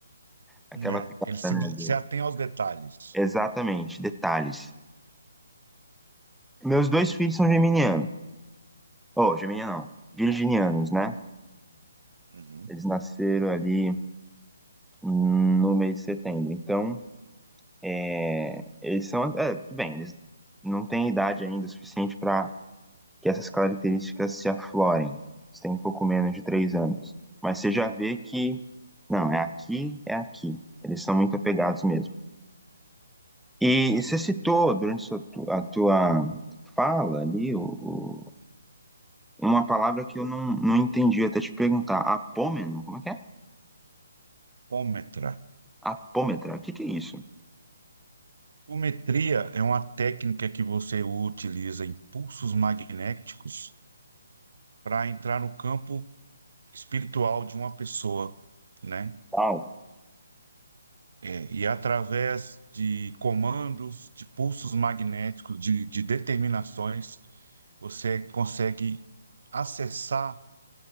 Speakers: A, in the centre; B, on the right.
A: Aquela
B: É,
A: piada,
B: ele se,
A: né? do-
B: se atém aos detalhes.
A: Exatamente, detalhes. Meus dois filhos são geminianos. Oh, geminiano não. Virginianos, né?
B: Uhum.
A: Eles nasceram ali no mês de setembro. Então, é, eles são. É, tudo bem, eles não têm idade ainda suficiente para que essas características se aflorem. Eles têm um pouco menos de três anos. Mas você já vê que. Não, é aqui, é aqui. Eles são muito apegados mesmo. E, você citou durante sua tu- a tua fala ali o, o- uma palavra que eu não, não entendi até te perguntar. Apômeno, como é que é?
B: Ômetra.
A: Apômetra, o que que é isso?
B: Ometria é uma técnica que você utiliza impulsos magnéticos para entrar no campo espiritual de uma pessoa, né?
A: Uau.
B: É, e através de comandos, de pulsos magnéticos, de, de determinações, você consegue acessar